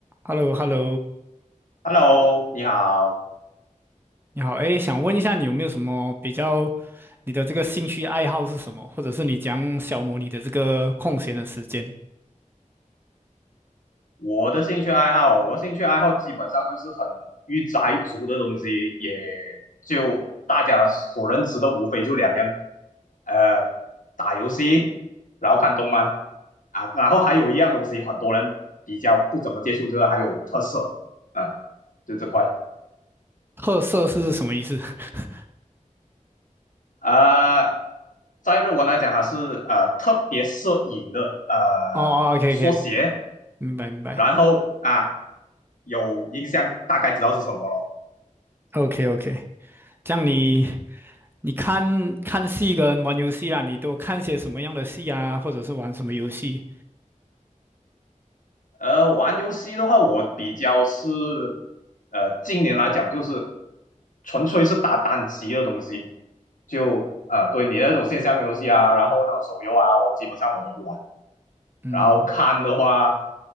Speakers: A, on the right; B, on the left.
A: h e l l o h e l l o
B: Hello，你好。
A: 你好，哎，想问一下你有没有什么比较，你的这个兴趣爱好是什么，或者是你讲小消磨你的这个空闲的时间？
B: 我的兴趣爱好，我兴趣爱好基本上就是很御宅族的东西，也就大家所认知的无非就两样，呃，打游戏，然后看动漫啊，然后还有一样东西，很多人比较不怎么接触，就是还有特色，啊，就这块。
A: 特色是什么意思？<laughs>
B: 呃，在日文来讲，还是呃特别摄影的呃缩写，
A: 哦哦，OK OK，明白明白
B: 然后啊有印象，大概知道是什么了。
A: ，OK OK，这样你你看看戏跟玩游戏啦，你都看些什么样的戏啊，或者是玩什么游戏？
B: 呃，玩游戏的话，我比较是呃近年来讲就是纯粹是打单机的东西，就呃对你那种线上游戏啊，然后那种手游啊，我基本上我都不玩。
A: 嗯
B: 然后看的话